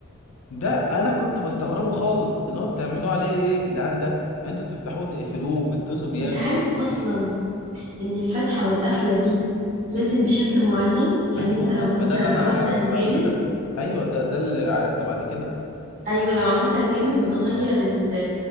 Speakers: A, on the left; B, on the right.
A: ده انا كنت بستغربه خالص اللي هو بتعملوه عليه ايه يا جدعان ده يعني انتوا بتفتحوه تقفلوه بتدوسوا بيانو
B: انت عارف
A: برضه
B: اصلا ان الفتحة والقفلة دي لازم بشكل معين يعني
A: ايوه
B: انت
A: ما
B: لو مثلا
A: ما ده اللي انا
B: عملتها
A: عرفته
B: جامد
A: بعد كده ايوه ده ده اللي عرفته بعد كده
B: ايوه لو عملتها جامد بتغير ال